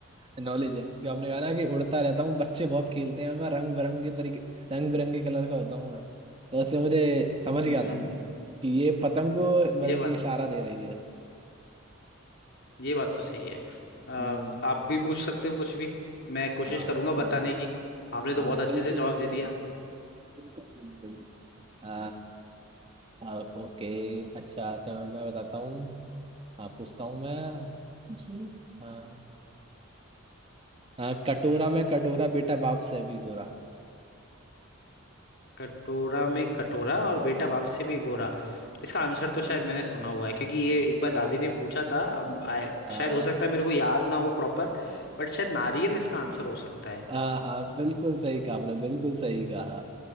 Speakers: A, on the right (about 25°); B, on the left (about 55°).
A: नॉलेज है कि आपने कहा ना कि उड़ता रहता हूँ बच्चे बहुत खेलते हैं और मैं रंग बिरंगे तरीके रंग बिरंगे कलर का होता हूँ मैं तो उससे मुझे समझ
B: हम्म
A: गया था मैं कि ये पतंग को मतलब
B: ये बात
A: कि इशारा दे रही है
B: ये बात तो सही है अ,
A: हम्म
B: आप भी पूछ सकते हो कुछ भी मैं कोशिश
A: हाँ
B: करूंगा
A: चलो
B: बताने की आपने तो
A: हाँ
B: बहुत अच्छे
A: बिल्कुल
B: से जवाब
A: बिल्कुल
B: दे दिया
A: बिल्कुल बिल्कुल आ, आ, ओके अच्छा अच्छा मैं बताता हूँ हाँ पूछता हूँ मैं हाँ हाँ कटोरा में कटोरा बेटा बाप से भी गोरा
B: कटोरा में कटोरा और बेटा बाप से भी गोरा इसका आंसर तो शायद मैंने सुना हुआ है क्योंकि ये एक बार दादी ने पूछा था अब आय-
A: हाँ
B: शायद
A: हाँ
B: हो सकता है मेरे को याद ना हो प्रॉपर बट शायद नारियल इसका आंसर हो सकता है
A: हाँ, हाँ, बिल्कुल सही कहा आपने बिल्कुल सही कहा